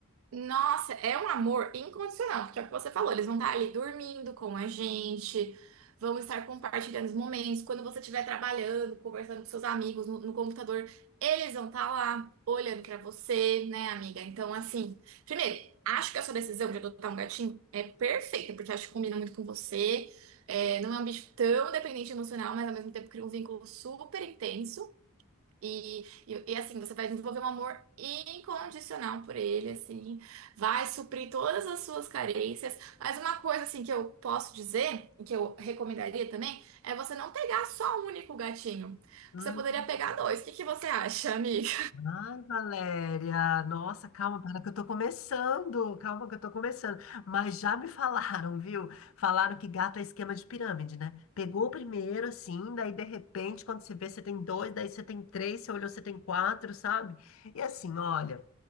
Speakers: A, on the right; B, on the left.
A: Nossa, é um amor incondicional, porque é o que você falou, eles vão estar ali dormindo com a gente, vão estar compartilhando os momentos. Quando você estiver trabalhando, conversando com seus amigos no, no computador, eles vão estar lá olhando para você, né, amiga? Então, assim, primeiro, acho que a sua decisão de adotar um gatinho é perfeita, porque acho que combina muito com você. É, não é um bicho tão dependente emocional, mas ao mesmo tempo cria um vínculo super intenso. E, e, e, assim, você vai desenvolver um amor incondicional por ele, assim, vai suprir todas as suas carências. Mas uma coisa, assim, que eu posso dizer, e que eu recomendaria também, é você não pegar só um único gatinho.
B: Hum.
A: Você poderia pegar dois. O que que você acha, amiga?
B: Ai, Valéria, nossa, calma, para que eu tô começando, calma que eu tô começando. Mas já me falaram, viu? Falaram que gato é esquema de pirâmide, né? Pegou o primeiro, assim, daí de repente, quando você vê, você tem dois, daí você tem três, você olhou, você tem quatro, sabe? E assim, olha.